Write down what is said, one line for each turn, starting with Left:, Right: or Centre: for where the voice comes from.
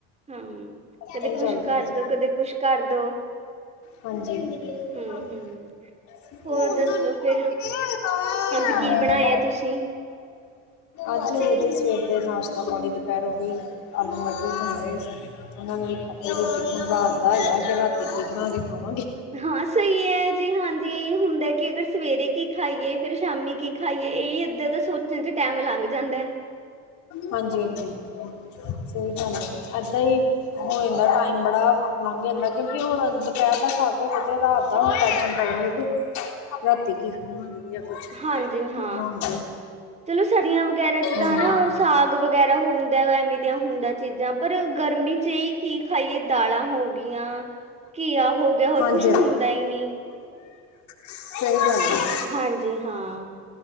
Right: ਹੂੰ,
Left: ਏਦਾਂ
Right: ਕਦੇ
Left: ਹੀ ਚੱਲ
Right: ਕੁਛ
Left: ਰਿਹਾ
Right: ਕਰਦੋ, ਕਦੇ ਕੁਛ ਕਰਦੋ।
Left: ਹਾਂਜੀ। <unintelligible>
Right: ਹੂੰ-ਹੂੰ। ਹੋਰ ਦੱਸੋ ਫਿਰ, ਅੱਜ ਕੀ ਬਣਾਇਆ ਤੁਸੀਂ?
Left: <inaudible> ਅੱਜ ਅਜੇ ਤੇ ਸਵੇਰ ਦੇ ਨਾਸ਼ਤਾ ਪਾਣੀ, ਦੁਪਹਿਰ ਓਹੀ ਆਲੂ, ਮਟਰ ਬਣੇ ਹੋਏ ਸੀ। ਉਹਨਾਂ ਨਾਲ ਖਾਧੀ ਰੋਟੀ, ਹੁਣ ਰਾਤ ਦਾ ਹੈਗਾ ਕਿ ਰਾਤੀ ਕੀ ਬਣਾ ਕੇ ਖਾਵਾਂਗੇ।
Right: ਹਾਂ, ਸਹੀ ਐ ਜੀ, ਹਾਂਜੀ, ਐਹੀ ਹੁੰਦਾ ਕਿ ਅਗਰ ਸਵੇਰੇ ਕੀ ਖਾਈਏ, ਫਿਰ ਸ਼ਾਮੀ ਕੀ ਖਾਈਏ, ਇਹੀ ਇੱਧਰ ਸੋਚਣ ਚ ਟੈਮ ਲੰਘ ਜਾਂਦਾ।
Left: ਹਾਂਜੀ ਹਾਂਜੀ, ਸਹੀ ਗੱਲ ਐ, ਐਦਾਂ ਹੀ ਹੋ ਜਾਂਦਾ ਟਾਈਮ ਬੜਾ ਲੰਘ ਜਾਂਦਾ, ਕਿਉਂਕਿ ਹੁਣ ਦੁਪਹਿਰ ਦਾ ਖਾਧਾ, ਕਿਤੇ ਰਾਤ ਦਾ ਹੁਣ ਟੈਨਸ਼ਨ ਪੈ ਜਾਣੀ। ਰਾਤੀ ਕੀ ਖਾਵਾਂਗੇ ਜਾਂ ਕੁਛ
Right: ਹਾਂਜੀ ਹਾਂ।
Left: ਬਣਾਉਣ ਦੀ।
Right: ਚਲੋ ਸਰਦੀਆਂ ਵਗੈਰਾ ਚ ਤਾਂ
Left: ਹਮ
Right: ਹਨਾ ਸਾਗ ਵਗੈਰਾ ਹੁੰਦਾ, ਐਵੇਂ ਦੀਆਂ ਹੁੰਦਾ ਚੀਜ਼ਾਂ। ਪਰ ਗਰਮੀ ਚ ਐਹੀ ਕੀ ਖਾਈਏ, ਦਾਲਾਂ ਹੋ ਗਈਆਂ। ਘੀਆ ਹੋ ਗਿਆ, ਹੋਰ
Left: ਹਾਂਜੀ
Right: ਕੁਛ ਹੁੰਦਾ ਹੀ ਨੀ।
Left: ਸਹੀ ਗੱਲ ਐ।
Right: ਹਾਂਜੀ ਹਾਂ,